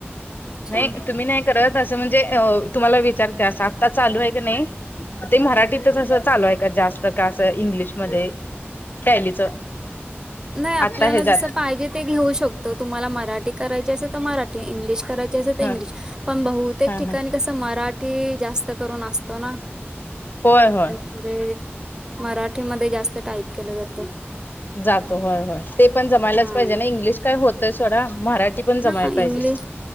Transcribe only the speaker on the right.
अच्छा
नाही
आपल्याला
जसं पाहिजे ते घेऊ शकतो तुम्हाला मराठी करायची असेल तर मराठी इंग्लिश करायची.
इंग्लिश पण बहुतेक
ठिकाणी
कस मराठी जास्त करून असतो ना.
म्हणजे मराठीमध्ये जास्त टाईप केलं जातं.
हा
हा
इंग्लिश